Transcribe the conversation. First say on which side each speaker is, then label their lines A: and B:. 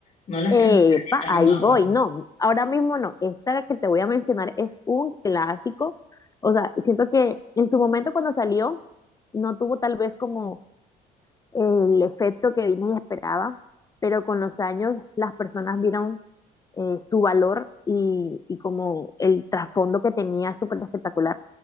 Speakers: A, on the left; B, on the left.
A: no las
B: Epa,
A: que modernizaron
B: ahí
A: ahora.
B: voy. No, ahora mismo no. Esta que te voy a mencionar es un clásico. O sea, siento que en su momento cuando salió no tuvo tal vez como el efecto que Disney esperaba, pero con los años las personas vieron eh, su valor y, y como el trasfondo que tenía súper espectacular.